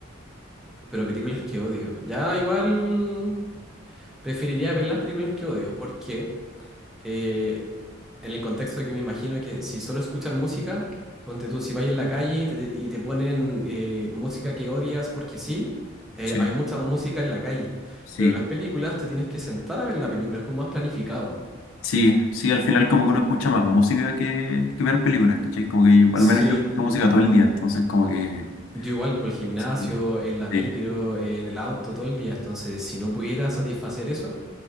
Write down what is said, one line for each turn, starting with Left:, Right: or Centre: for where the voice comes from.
Centre: Pero películas que odio. Ya igual preferiría ver las películas que odio, porque eh, en el contexto de que me imagino que si solo escuchar música, ponte tú, si vas en la calle y te, te- y te ponen eh, música que odias porque sí, eh,
Left: Sí,
Centre: hay mucha música en la calle,
Left: sí,
Centre: pero en las películas te tienes que sentar a ver la película, es como más planificado.
Left: sí, sí, al final como que uno escucha más música que, que ver películas, ¿cachai? Como que yo, al
Centre: Sí,
Left: menos yo escucho música todo el día, entonces como que...
Centre: yo igual por el gimnasio,
Left: Sí,
Centre: en la
Left: sí,
Centre: micro, en el auto, todo el día, entonces si no pudiera satisfacer eso...